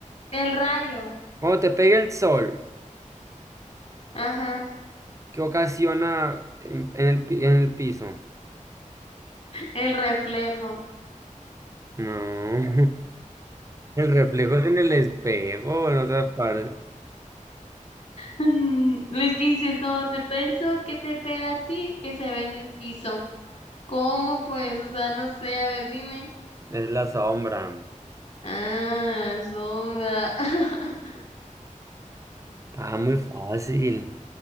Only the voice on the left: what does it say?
El rayo.
Ajá,
el reflejo.
Mm, Es que dices, como te pega el sol, que te pega a ti, que se ve en el piso. ¿Cómo pues? O sea, no sé, a ver, dime.
Ah, sombra. <laughs>